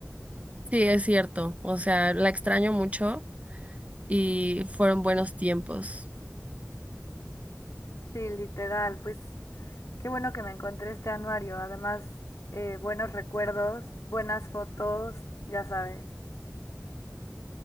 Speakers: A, on the right (about 25°); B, on the left (about 75°).
A: Sí, es cierto. O sea, la extraño mucho y fueron buenos tiempos.
B: Sí, literal, pues qué bueno que me encontré este anuario, además eh, buenos recuerdos, buenas fotos, ya sabes.